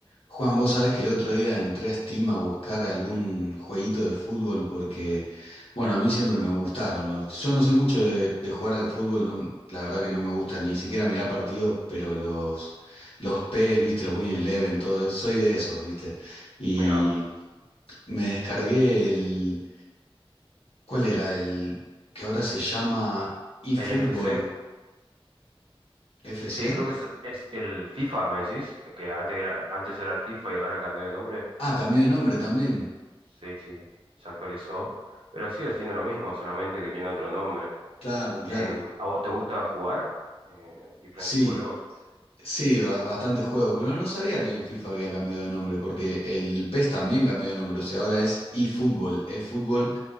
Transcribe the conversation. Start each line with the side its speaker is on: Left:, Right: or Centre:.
Left: Juan, vos sabés que el otro día entré a Steam a buscar algún jueguito de fútbol porque, bueno, a mí siempre me gustaron los... Yo no soy mucho de, de jugar al fútbol, no, la verdad que no me gusta ni siquiera mirar partidos, pero los, los PES, viste, los Win Eleven, todo eso, soy de esos, viste. Y
Right: Mira,
Left: me descargué el... ¿Cuál era? El que ahora se llama eFootball
Right: el FC.
Left: FC.
Right: Sí, creo que es, es el FIFA, me decís, que antes era, antes era el FIFA y ahora cambió de nombre.
Left: Ah, cambió de nombre también.
Right: Sí, sí, se actualizó, pero sigue siendo lo mismo, solamente que tiene otro nombre.
Left: Claro, claro.
Right: Em, ¿a vos te gusta jugar eh, diferentes
Left: Sí.
Right: juegos?
Left: Sí, ba- bastante juego, pero no sabía que el FIFA había cambiado de nombre, porque el PES también cambió de nombre, o sea, ahora es eFootball, es fútbol,